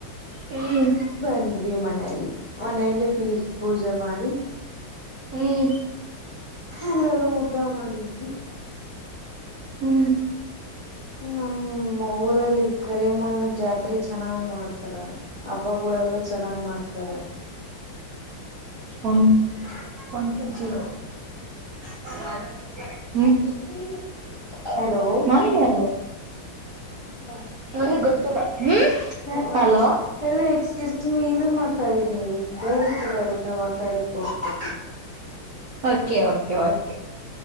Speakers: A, on the right; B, on the left.
A: ಹ್ಮ
B: ಬಂದ್ವಿ ಮನೆಯಲ್ಲಿ ಮನೆಯಲ್ಲಿ ಪಿಜ್ ಪೂಜೆ ಮಾಡಿ
A: ಹ್ಮ್
B: ಎಲ್ಲರು ಊಟ ಮಾಡಿದ್ವಿ.
A: ಹ್ಮ
B: ನಮ್ಮ ಊರಲ್ಲಿ ಕರಿಯಮ್ಮನ ಜಾತ್ರೆ ಚೆನ್ನಾಗ್ ಮಾಡ ತರ ಹಬ್ಬಗೋಳೆಲ್ಲ ಚೆನ್ನಾಗಿ ಮಾಡ್ತಾರೆ.
A: ಒಂ ಒಂದು ಜೀರೋ <unintelligible> ಹ್ಮ
B: <unintelligible> ಹಲೋ.
A: ಹನಿಯವು <unintelligible>
B: ಬಾ.
A: ನನಗೆ ಗೊತ್ತಿಲ್ಲ ಹ್ಮ್.
B: ಸೈಡ್ ಬಾ.
A: ಹಲೋ
B: ಹಲೋ ಎಕ್ಯಜ್ಮಿ ಇಲ್ಲಿ ಮಾತಾಡಿ ನೀವು ಬೇರೆ ಕಡೆಯಲ್ಲ ಮಾತಾಡಕ್ಕೆ ಹೋಗ್ಬೇಡಿ.
A: <inaudible> ಓಕೆ, ಓಕೆ, ಓಕೆ,